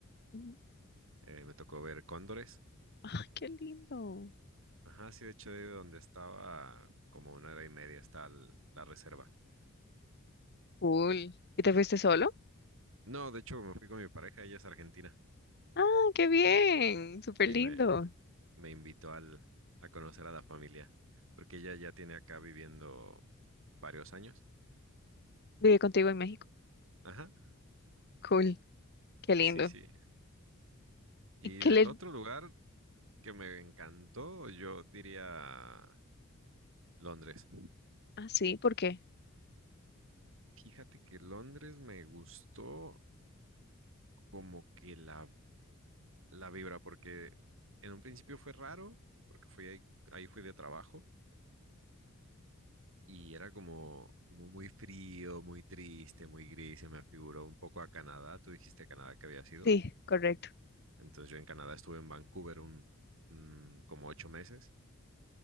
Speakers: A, on the left; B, on the right.
A: ujú.
B: eh, me tocó ver cóndores.
A: Ay, qué lindo.
B: Ajá, sí, de hecho, de donde estaba, como una hora y media está el- la reserva.
A: Cool. ¿Y te fuiste solo?
B: No, de hecho, me fui con mi pareja, ella es argentina.
A: Ah, qué bien. Súper
B: Sí,
A: lindo.
B: me, me invitó al, a conocer a la familia, porque ella ya tiene acá viviendo varios años.
A: Vive contigo en México.
B: Ajá,
A: Cool. Qué lindo.
B: sí, sí. Y
A: ¿Y qué
B: del
A: le...
B: otro lugar, que me encantó, yo diría Londres.
A: Ah, sí, ¿por qué?
B: Fíjate que Londres me gustó como que la, la vibra, porque en un principio fue raro, porque fui ahí, ahí fui de trabajo y era como, como muy frío, muy triste, muy gris, se me afiguró un poco a Canadá, tú dijiste Canadá que había sido,
A: Sí, correcto.
B: entonces yo en Canadá estuve en Vancouver un, un- como ocho meses